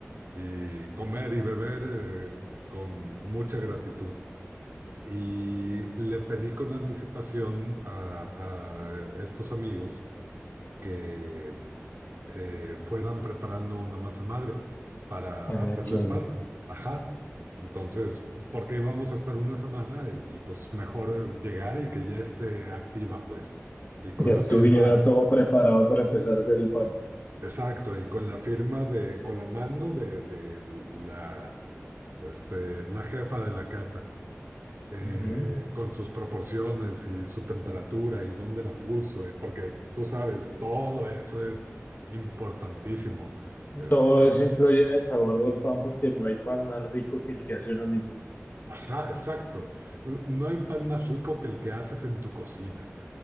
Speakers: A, on the right; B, on the left.
A: y comer y beber eh, con mucha gratitud. Y le pedí con anticipación a, a estos amigos que mm, eh, fueran preparando una masa madre para
B: ah,
A: hacerles
B: claro.
A: pan. Ajá. Entonces, porque íbamos a estar una semana y, pues mejor llegar y que ya esté activa, pues. Y con
B: Ya
A: la
B: estuviera
A: firma,
B: todo preparado para empezar a hacer el pan.
A: exacto, y con la firma de, con la mano de, de la, este, la jefa de la casa. eh,
B: Ujú.
A: con sus proporciones y su temperatura y dónde la puso, y porque tú sabes, todo eso es importantísimo. Este,
B: Todo eso influye en el sabor del pan porque no hay pan más rico que el que hace uno mismo.
A: ajá, exacto. No hay pan más rico que el que haces en tu cocina.